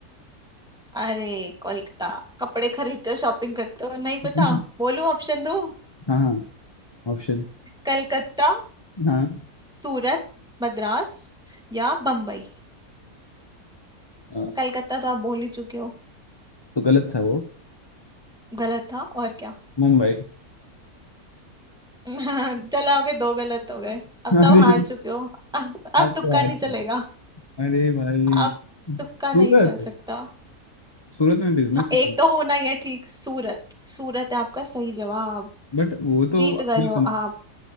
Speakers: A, in the centre; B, on the left.
A: अरे कोलकाता कपड़े खरीदते हो शॉपिंग करते हो नहीं
B: <laughs>
A: पता बोलूं ऑप्शन दो
B: हाँ हाँ ऑप्शन
A: कलकत्ता
B: हाँ
A: सूरत मद्रास या बम्बई
B: अ,
A: कलकत्ता तो आप बोल ही चुके हो
B: तो गलत था वो
A: गलत था और क्या
B: मुंबई
A: <laughs> चलो आपके दो गलत हो गए अब
B: <laughs>
A: तो आप हार
B: अरे
A: चुके हो अब अब
B: अब
A: तुक्का
B: तो
A: नहीं
B: हट
A: चलेगा
B: अरे भाई
A: अब तुक्का नहीं
B: सूरत
A: चल सकता
B: सूरत में बिजनेस
A: हाँ, एक
B: में
A: तो होना ही है ठीक सूरत सूरत है आपका सही जवाब
B: बट वो तो
A: जीत गए
B: अपना
A: हो
B: कम-
A: आप